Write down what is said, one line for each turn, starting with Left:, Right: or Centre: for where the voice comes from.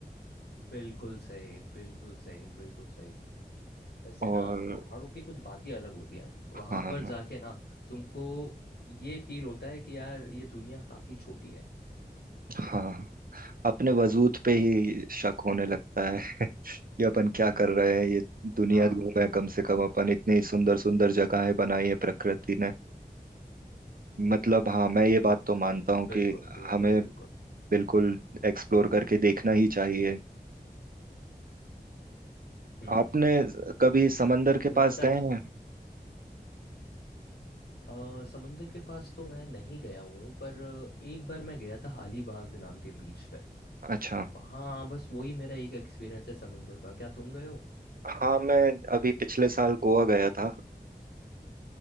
Left: बिल्कुल सही बिल्कुल सही बिल्कुल सही वैसे
Right: और
Left: ना पहाड़ों की कुछ बातें अलग होती हैं
Right: हाँ
Left: वहां पर जाके ना तुमको ये फील होता है कि यार ये दुनिया काफी छोटी है
Right: हाँ अपने वजूद पे ही शक होने लगता है <laughs> कि अपन क्या कर रहे हैं ये दुनिया
Left: हाँ
Right: घूमे कम से कम अपन इतनी सुंदर सुंदर जगहें बनाई है प्रकृति ने मतलब हाँ मैं ये बात तो मानता हूँ
Left: बिल्कुल
Right: कि
Left: बिल्कुल
Right: हमें
Left: बिल्कुल
Right: बिल्कुल एक्सप्लोर करके देखना ही चाहिए
Left: हम्म
Right: आपने कभी समंदर
Left: और
Right: के
Left: तुम्हें
Right: पास
Left: पता
Right: गए
Left: है
Right: हैं
Left: अ, समुंदर के पास तो मैं नहीं गया हूँ पर एक बार मैं गया था अलीबाग नाम के बीच पे
Right: अच्छा
Left: वहाँ बस वही मेरा एक एक्सपीरियंस है समुंदर का क्या तुम गए हो
Right: हाँ मैं अभी पिछले साल गोवा गया था